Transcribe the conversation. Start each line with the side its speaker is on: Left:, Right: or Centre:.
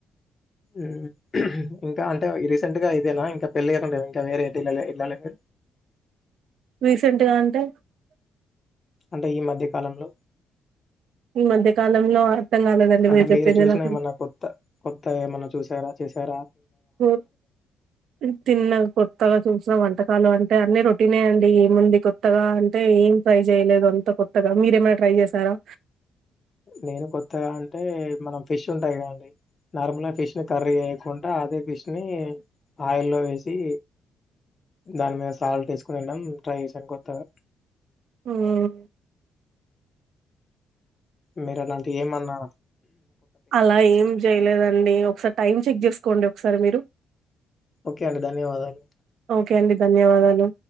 Left: మ్మ్ ఇంకా అంటే రీసెంట్ గా ఇదేనా ఇంకా పెళ్ళికాకుండా ఇంకా వేరేటయాయిళ్ళలేద
Right: రీసెంట్గా అంటే
Left: అంటే ఈ మధ్య కాలంలో
Right: ఈ మధ్య కాలంలో అర్థం కాలేదండి
Left: అంటే
Right: చెప్పింది
Left: మీరు చూసినా
Right: నాకు
Left: ఏమన్నా కొత్త కొత్త ఏమన్నా చూసారా చెసార
Right: ఉ నెన్ తిన్నఒక్కరోజు చూసినా వంటకాలు అంటే అన్ని రొటీనే అండి. ఏముంది కొత్తగా అంటే ఏం ఫ్రై చేలేదు అంత కొత్తగా మీరేమైనా ట్రై చేసారా
Left: నేను కొత్తగా అంటే మనం ఫిష్ ఉంటదిగదండి నార్మల్ గా ఫిష్ ని కర్రీ ఏయకుంటా అదే ఫిష్ ని ఆయిల్లో వేస్ షి దాని మీద సాల్ట్ ఏస్కోదినటం ట్రై చేసాన్ కొత్తగా
Right: మ్మ్
Left: మీరలాంటి ఏమన్నా
Right: అలా ఏం జేయలేదండి ఒక్కసారి టైం చెక్ చేస్కోండి. ఒక్కసారి మీరు
Left: ఓకే అండి. ధన్యవాదాలు.
Right: ఓకే అండి ధన్యవాదాలు